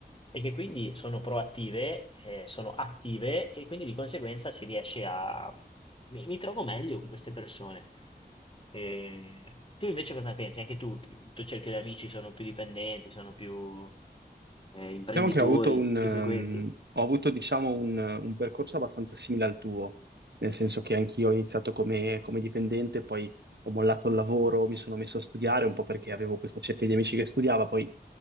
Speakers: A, on the left; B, on the right.
A: e che quindi sono proattive, eh, sono attive e quindi di conseguenza si riesce a... Mi, mi trovo meglio con queste persone. Eh, tu invece cosa ne pensi? Anche tu, chi- il tuo cerchio di amici sono più dipendenti, sono più eh, imprenditori,
B: Diciamo che ho avuto un,
A: chi
B: ehm,
A: frequenti?
B: ho avuto, diciamo, un, un percorso abbastanza simile al tuo, nel senso che anch'io ho iniziato come, come dipendente, poi ho mollato il lavoro, mi sono messo a studiare un po' perché avevo questa cerchia di amici che studiava, poi